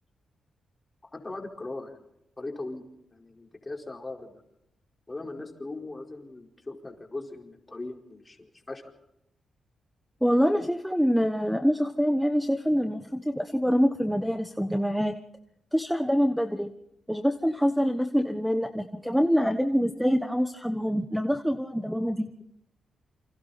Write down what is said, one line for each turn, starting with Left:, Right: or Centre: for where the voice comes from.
Left: وحتى بعد القرار يعني طريق طويل يعني الانتكاسة عارضة ولما الناس تلومه لازم تشوفها كجزء من الطريق مش مش فشل
Centre: والله أنا شايفة إن أنا شخصيا يعني شايفة إن المفروض يبقى في برامج في المدارس والجامعات تشرح ده من بدري مش بس نحذر الناس من الإدمان لأ لكن كمان نعلمهم إزاي يدعموا صحابهم لو دخلوا جوه الدوامة دي